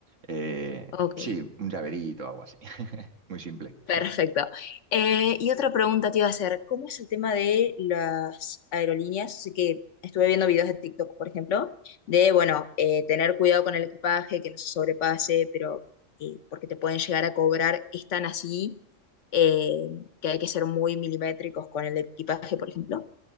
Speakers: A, on the right (about 70°); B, on the left (about 70°).
A: Eh,
B: Ok.
A: sí, un llaverito, algo así, <laughs> muy simple.
B: Perfecto. Eh, y otra pregunta te iba a hacer, ¿cómo es el tema de las aerolíneas? Sé que estuve viendo videos de TikTok, por ejemplo, de, bueno, eh, tener cuidado con el equipaje, que no se sobrepase, pero eh, porque te pueden llegar a cobrar, es tan así eh, que hay que ser muy milimétricos con el equipaje, por ejemplo.